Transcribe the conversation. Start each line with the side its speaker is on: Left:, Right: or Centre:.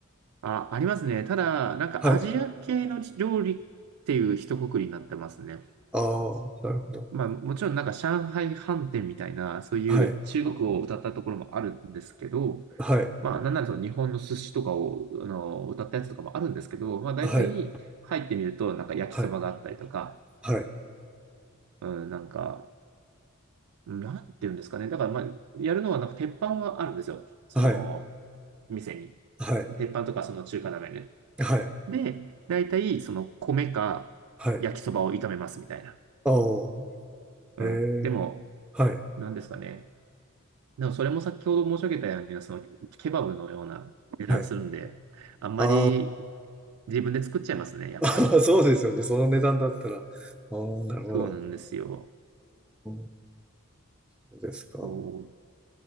Right: あ、ありますね。ただ、なんかアジア系の料理っていう一括りになってますね。
Centre: はい。ああ、なるほど。
Right: まあもちろんなんか上海飯店みたいな、そういう中国を歌ったところもあるんですけど、
Centre: はい。はい。
Right: まあ、なんならその日本の寿司とかを、あの、歌ったやつとかもあるんですけど、まあ、大体入ってみると、
Centre: はい。
Right: なんか焼きそばがあったりとか、
Centre: はい。はい。
Right: うん、なんか、なんて言うんですかね。だから、まあ、やるのは、なんか鉄板はあるんですよ。その、
Centre: はい。
Right: 店に。
Centre: はい。
Right: 鉄板とか、その中華鍋ね。
Centre: はい。
Right: で、大体、その、米か焼きそばを炒めますみたいな。
Centre: はい。ああ、
Right: うん。
Centre: へえ。
Right: でも、
Centre: はい。
Right: なんですかね。でも、それも先ほど申し上げたように、その、ケバブのような値段するんで、
Centre: はい。
Right: あんまり
Centre: あ
Right: 自分で作っちゃいますね、やっぱり。
Centre: あ、<laughs> そうですよね。その値段だったら。ああ、なるほど。
Right: そうなんですよ。
Centre: ああ、そうですか。
Right: そう。